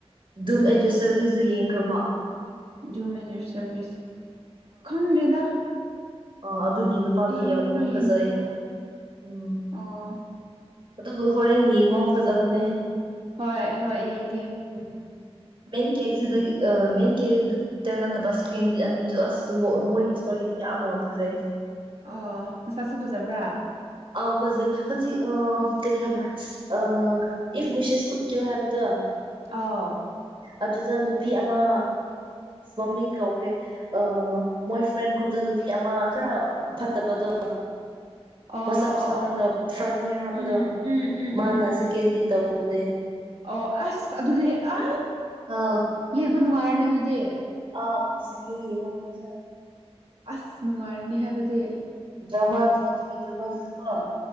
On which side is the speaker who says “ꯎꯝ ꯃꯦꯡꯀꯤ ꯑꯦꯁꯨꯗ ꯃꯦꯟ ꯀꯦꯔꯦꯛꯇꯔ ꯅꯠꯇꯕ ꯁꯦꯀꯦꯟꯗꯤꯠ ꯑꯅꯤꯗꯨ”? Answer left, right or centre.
Right